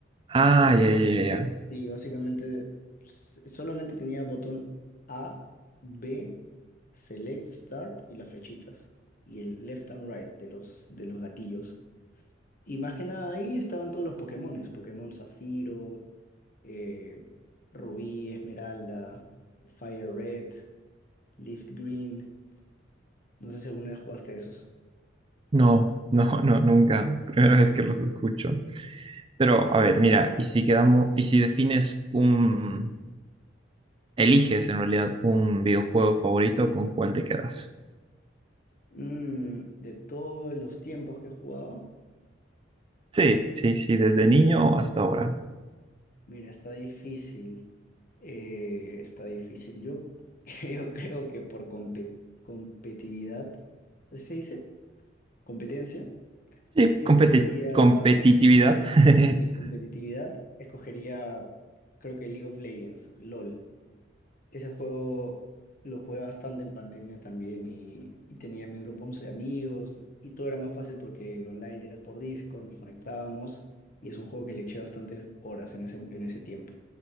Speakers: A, on the right (about 25°); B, on the left (about 45°).
A: Ah,
B: Y, bas-
A: ya, ya, ya. ya.
B: y básicamente s- solamente tenía botón A, B, Select, Start y las flechitas. Y el left and right de los, de los gatillos. Y más que nada ahí estaban todos los Pokémones. Pokémon Zafiro, eh, Rubí, Esmeralda, Fire Red, Leaf Green. No sé si alguna vez jugaste esos.
A: No, <laughs> no, no, nunca. Primera vez que los escucho. Pero, a ver, mira, y si quedamos, y si defines un, eliges en realidad un videojuego favorito, ¿con cuál te quedas?
B: Mm, de todos los tiempos que he jugado,
A: Sí, sí, sí, desde niño hasta ahora.
B: mira, está difícil. Eh, está difícil. Yo, <laughs> yo creo que por compe- competitividad, ¿así ¿se dice? Competencia,
A: Sí,
B: escogería,
A: competi- competitividad. <laughs>
B: sí, competitividad, escogería, creo que League of Legends, LOL. Ese juego lo jugué bastante en pandemia también y, y tenía mi grupo 11 de amigos y todo era más fácil porque el online era por Discord, nos conectábamos y es un juego que le eché bastantes horas en ese, en ese tiempo.